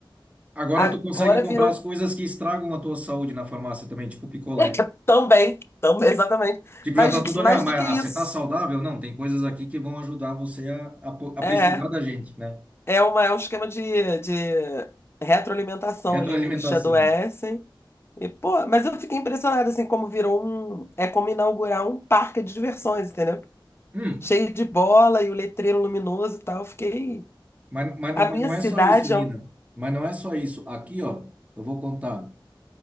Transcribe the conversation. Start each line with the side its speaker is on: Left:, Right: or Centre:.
Right: Agora
Left: Agora
Right: tu consegue comprar
Left: virou
Right: as coisas que estragam a tua saúde na farmácia também, tipo picolé.
Left: <laughs> Também, também, exatamente.
Right: Tipo,
Left: Mas
Right: já tá tudo
Left: mais
Right: ali, ah, mas
Left: do que
Right: ah,
Left: isso,
Right: você tá saudável? Não, tem coisas aqui que vão ajudar você a, a, po- a
Left: é,
Right: precisar da gente, né?
Left: é uma, é um esquema de, de retroalimentação
Right: Retroalimentação.
Left: ali, né? Eles te adoecem. E, pô, mas eu fiquei impressionada, assim, como virou um. É como inaugurar um parque de diversões, entendeu?
Right: Hum,
Left: Cheio de bola e o letreiro luminoso e tal. Eu Fiquei.
Right: mas, mas,
Left: A
Right: mas
Left: minha
Right: não
Left: cidade
Right: é só isso, Nina.
Left: é. um-
Right: Mas não é só isso. Aqui, ó, eu vou contar.